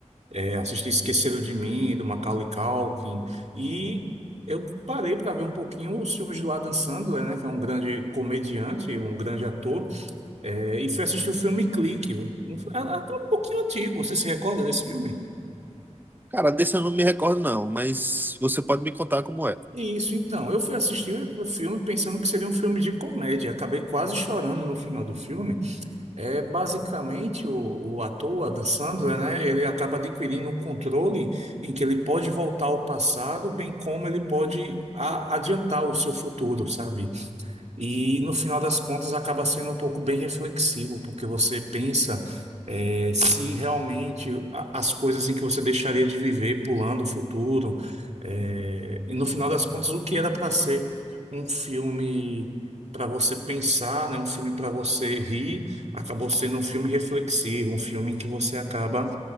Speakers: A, on the right; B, on the right.
A: É, assisti Esqueceram de Mim, do Macaulay Culkin, e eu parei para ver um pouquinho os filmes do Adam Sandler, né, que é um grande comediante, um grande ator, É, e fui assistir o filme Clique, um- é, é até um pouquinho antigo. Você se recorda desse filme?
B: Cara, desse eu não me recordo, não, mas você pode me contar como é.
A: E Isso, então. Eu fui assistir o filme pensando que seria um filme de comédia. Acabei quase chorando no final do filme. É basicamente o, o ator, o Adam Sandler, né? Ele acaba adquirindo um controle em que ele pode voltar ao passado, bem como ele pode a- adiantar o seu futuro, sabe? E no final das contas acaba sendo um pouco bem reflexivo, porque você pensa eh, se realmente a- as coisas em que você deixaria de viver pulando o futuro, eh, e no final das contas o que era para ser um filme para você pensar, né, um filme para você rir, acabou sendo um filme reflexivo, um filme em que você acaba